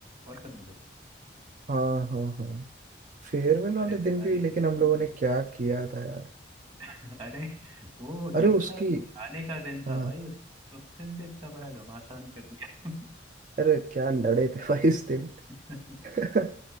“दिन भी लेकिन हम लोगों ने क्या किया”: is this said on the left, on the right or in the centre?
Right